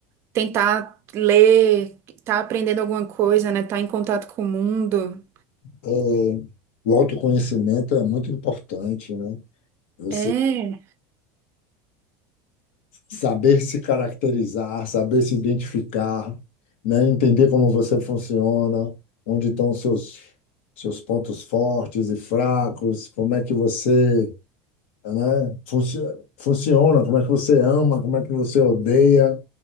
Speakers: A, on the right; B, on the left.
A: tentar ler, tá aprendendo alguma coisa, né? Tá em contato com o mundo.
B: é, o autoconhecimento é muito importante, né? Você
A: É,
B: saber se caracterizar, saber se identificar, né? Entender como você funciona, onde estão os seus, seus pontos fortes e fracos, como é que você né? Funci- Funciona, como é que você ama, como é que você odeia,